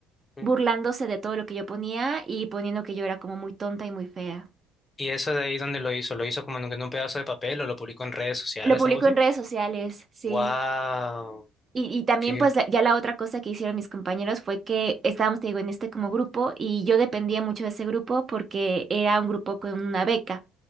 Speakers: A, on the left (about 20°); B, on the right (about 35°).
A: ujú.
B: burlándose de todo lo que yo ponía y poniendo que yo era como muy tonta y muy fea.
A: ¿Y eso de ahí dónde lo hizo? ¿Lo hizo como en un en un pedazo de papel o lo publicó en redes sociales,
B: Lo publicó
A: algo así?
B: en redes sociales, sí.
A: Wow,
B: Y, y también
A: qué.
B: pues la- ya la otra cosa que hicieron mis compañeros fue que estábamos, te digo, en este como grupo y yo dependía mucho de ese grupo porque era un grupo con una beca.